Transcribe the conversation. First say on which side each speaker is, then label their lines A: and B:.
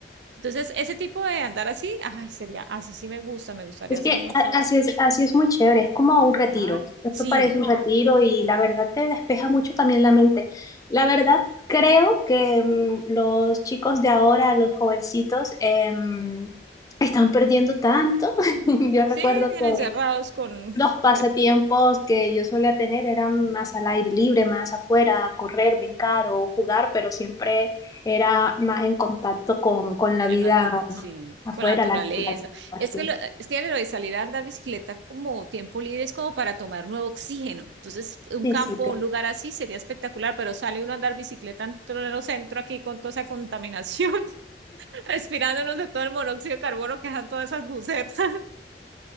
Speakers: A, on the right; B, on the left.
A: Entonces ese tipo de andar así, ay, sería, así sí sí me gusta, me gustaría
B: Es
A: hacer
B: que
A: mucho
B: a- así
A: eso.
B: es, así es muy chévere, es como un retiro.
A: Claro.
B: Esto
A: Sí.
B: parece un Claro. retiro y la verdad te despeja mucho también la mente. La verdad, creo que mm, los chicos de ahora, los jovencitos, em, están perdiendo tanto. <laughs> Yo
A: Sí,
B: recuerdo
A: bien
B: que
A: encerrados con,
B: los
A: <laughs> con
B: pasatiempos que yo solía tener eran más al aire libre, más afuera, correr, brincar o jugar, pero siempre era más en contacto con, con la
A: La
B: vida
A: natu- sí,
B: afuera,
A: con la naturaleza.
B: la naturaleza. así.
A: Es que, lo- es que lo de salir a andar bicicleta como tiempo libre es como para tomar nuevo oxígeno. Entonces, un
B: Sí,
A: campo,
B: sí, claro.
A: un lugar así sería espectacular, pero sale uno a andar bicicleta en el centro aquí con toda esa contaminación, <laughs> respirándonos de todo el monóxido de carbono que dejan todas esas bucetas, <laughs>